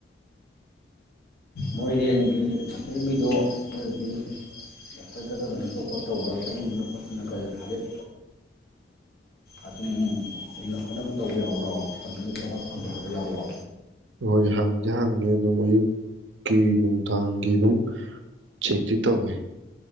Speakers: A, on the left (about 60°); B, on the right (about 75°).
A: ꯃꯣꯏꯔꯦꯟꯒꯤ ꯆꯪꯖꯔꯤꯕ ꯃꯤꯗꯣ ꯃꯣꯏꯗꯤ ꯐꯗꯒ ꯀꯩꯅꯣ ꯇꯧꯕ ꯈꯣꯠ ꯇꯧꯕ꯭ꯔꯥ ꯆꯠꯅꯤꯡꯗꯅ ꯈꯣꯠꯇꯅꯒ ꯍꯥꯏꯐꯦꯠ ꯑꯗꯨꯝꯟꯅ ꯈꯣꯠꯅꯕ ꯇꯧꯕ ꯌꯥꯎꯕ꯭ꯔꯣ ꯐꯖꯅꯒꯤ ꯑꯋꯥꯠ ꯐꯪꯕ ꯈꯕ ꯌꯥꯎꯕ꯭ꯔꯣ
B: ꯍꯣꯏ ꯍꯪꯗꯤ ꯍꯪꯉꯦ ꯑꯗꯨꯝ ꯑꯌꯨꯛꯀꯤ ꯅꯨꯡꯗꯥꯡꯒꯤ ꯑꯗꯨꯝ ꯆꯦꯛꯇꯤ ꯇꯧꯋꯦ